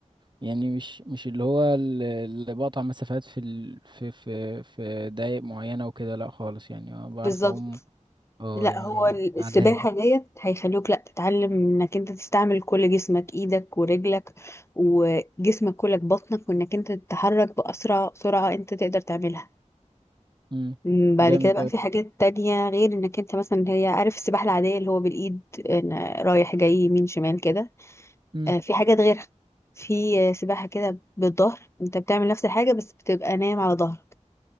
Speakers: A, on the right; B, on the left.
A: يعني مش مش اللي هو ال- اللي بقطع مسافات في ال... في في في دقايق معينة وكده لا خالص يعني أنا بعرف
B: بالظبط
A: أعوم اه
B: لا
A: يعني
B: هو السباحة
A: على الهادي
B: ديت هيخلوك لا تتعلم انك انت تستعمل كل جسمك ايدك ورجلك وجسمك كلك بطنك وانك انت تتحرك بأسرع سرعة انت تقدر تعملها
A: امم
B: أمم، بعد
A: جامد
B: كده بقى
A: أوي
B: في حاجات تانية غير انك انت مثلا هي عارف السباحة العادية اللي هو بالإيد إن رايح جاي يمين شمال كده
A: امم
B: آه، في حاجات غيرها في آه، سباحة كده بالظهر انت بتعمل نفس الحاجة بس بتبقى نايم على ظهرك